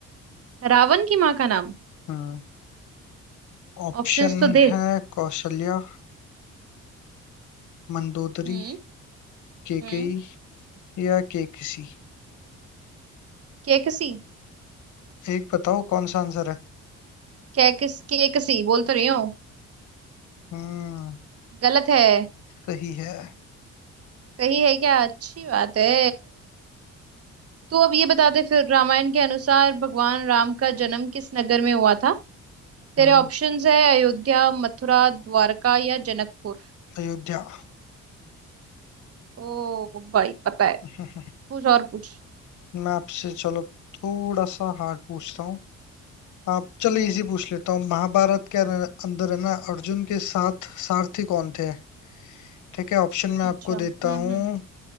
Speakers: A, on the right; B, on the left.
A: रावण की माँ का नाम
B: हम्म ऑप्शन
A: ऑप्शंस तो दे
B: है कौशल्या मंदोदरी
A: हम्म
B: केकई
A: हम्म
B: या केकसी
A: कैकसी
B: एक बताओ कौन सा आंसर है
A: कैकस कैकसी बोल तो रही हूँ
B: हम्म
A: गलत है
B: सही है
A: सही है क्या अच्छी बात है तू अब ये बता दे फिर रामायण के अनुसार भगवान राम का जन्म किस नगर में हुआ था तेरे
B: हम्म
A: ऑप्शंस है अयोध्या मथुरा द्वारका या जनकपुर
B: अयोध्या
A: ओ भाई पता है
B: <laughs>
A: कुछ और कुछ
B: मैं आपसे चलो थोड़ा सा हार्ड पूछता हूँ आप चलो
A: हम्म
B: इजी पूछ लेता हूँ महाभारत के अन- अंदर है ना अर्जुन के साथ सारथी कौन थे ठीक है ऑप्शन में आपको
A: अच्छा हम्म
B: देता हूँ
A: हम्म